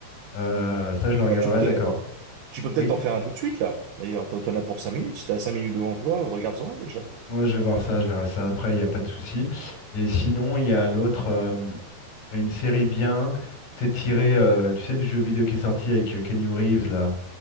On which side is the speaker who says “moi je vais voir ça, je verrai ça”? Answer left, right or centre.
Left